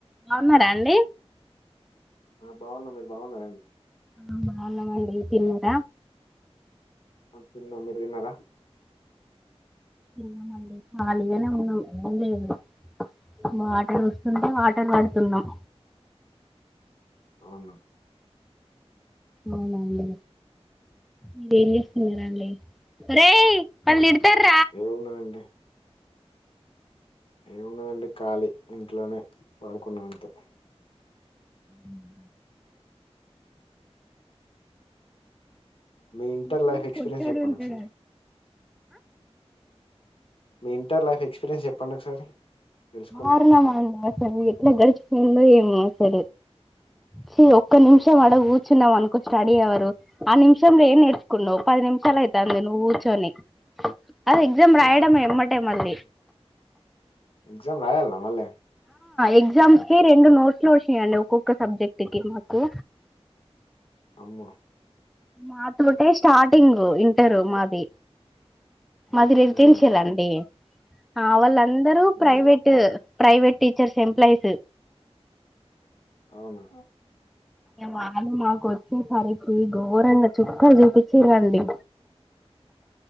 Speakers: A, in the centre; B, on the left.
A: బావున్నారా అండి
B: ఆ బాగున్నా మీరు బాగున్నర అండి
A: ఆ బాగునమడి తినర
B: ఆ తిన్నా మరు దినారా
A: ఎలా మండి అళగానే ఉన్నాం ఏం లేదు మా ఆటలు వస్తుంటే ఆటలు ఆడుతున్నాం
B: అవును
A: అవునండి ఇంకా ఎలిస్తురళ రే అళ్ళ ఇడతార
B: ఏన్నా అంటడి ఏముండదండి ఖళీ ఇంట్లోనే పాడుకున్నా అంతే
A: ఉ
B: మీ ఇంటర్
A: మా చిన్న
B: లైఫ్ ఎక్స్పీరియన్స్
A: పొట్టోడు
B: చెప్పండి
A: ఉంటాడు
B: ఒకసారి మీ ఇంటర్ లైఫ్ ఎక్స్పీరియన్స్ చెప్పండి ఒకసారి తెలుసుకుందాం
A: ఆరుణ మా అసలు ఎట్లా గడుచుకుందో ఏమో సే స ఒ ఒక్క నిమిషం అడగ కూర్చున్నాం అనుకో స్టడీ అవ్వరు ఆ నిమిషంలో ఏం నేర్చుకున్నా్ పది నిమిషాలు అయితుంది నువ్వు కూర్చొని అది ఎగ్జామ్ రాయడంమ మళ్ల్
B: ఎక్జామ్ రాయాల మళ్ళే
A: ఎగ్జాస్ కే రెడు నోట్స్ లో చెయండి ఒక్కొక్క సబ్జెక్ట్కి కు
B: అమ్మో
A: మాతోటే స్టార్టింగ్ ఇంటరు మాది మాది <unintelligible>
B: అవునా
A: లండి ఆ వల్ల అందరూ
B: ఆ,
A: ప్రైవేట్ ప్రైవేట్ టీచర్స్ ఎంప్లాయిస్
B: అవునా
A: ఎమ్మా వాళ్లు మాకు వచ్చేసరికి ఘోరంగా చుక్కలు చూపిచ్చిరండి